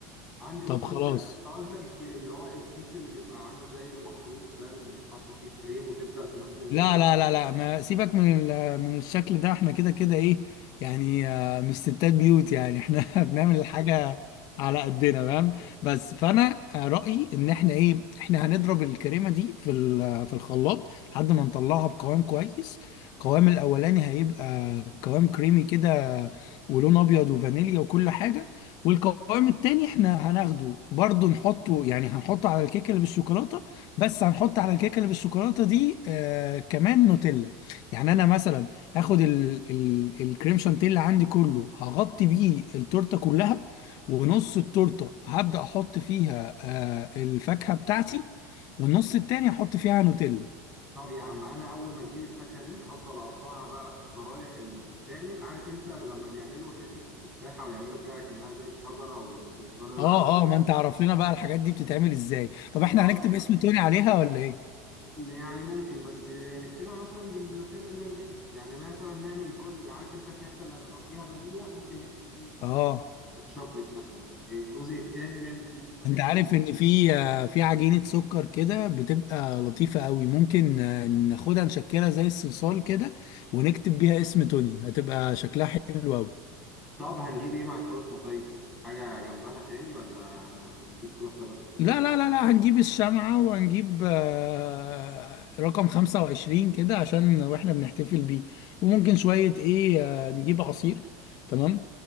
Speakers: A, in the centre; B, on the left.
A: عندي بص
B: طب خلاص
A: انت أنت قصدك الكري اللي هو الكيس اللي بيبقى عامل زي المخروط ده اللي بيتحط فيه الكريم وتبدا تنزل منه
B: لا لا لا لا ما سيبك من ال- من الشكل ده احنا كده كده ايه يعني آه، مش ستات بيوت يعني احنا <laughs> بنعمل الحاجة على قدنا فاهم بس فانا آه، رأيي ان احنا ايه احنا هنضرب الكريمة دي في ال- في الخلاط لحد ما نطلعها بقوام كويس القوام الاولاني هيبقى قوام كريمي كده ولون ابيض وفانيليا وكل حاجة والقوام التاني احنا هناخده برضو نحطه يعني هنحطه على الكيكة اللي بالشوكولاتة بس هنحط على الكيكه اللي بالشوكولاته دي آه كمان نوتيلا يعني انا مثلا هاخد ال ال الكريم شانتيه عندي كله هغطي بيه التورته كلها ونص التورته هبدا احط فيها آه الفاكهه بتاعتي والنص التاني هحط فيها نوتيلا
A: طب يا عم انا اول ما تجيب الفاكهه دي هفضل اقطعها بقى الشرايح اللي بتتعمل عارف انت لما بيعملوا حته التفاحه ويعملوا فيها كأنها زي الشجره ويفضلوا يلعبوا
B: اه اه ما انت عرف لنا بقى الحاجات دي بتتعمل ازاي طب
A: انا
B: احنا هنكتب
A: اصلا
B: اسم توني عليها ولا ايه
A: يعني ممكن بس نكتبها مثلا بالنوتيلا اللي هنجيبها يعني مثلا نعمل جزء عارف انت الحته اللي هنبقى فيها فانيليا ممكن نكتب فيه الاسم
B: اه
A: بتاع- بالشوكليت مثلا الجزء التاني نعمل فيه بالفانيليا
B: انت عارف ان في آه، في عجينة سكر كده بتبقى لطيفة قوي ممكن آه، ناخدها نشكلها زي الصلصال كده ونكتب بيها اسم توني هتبقى شكلها حلو قوي
A: طب هنجيب ايه مع التورته طيب حاجه جنبها تاني ولا هن- هنجيب تورته بس
B: لا لا لا لا هنجيب الشمعة وهنجيب آه، رقم 25 كده عشان واحنا بنحتفل بيه وممكن شوية ايه آه، نجيب عصير تمام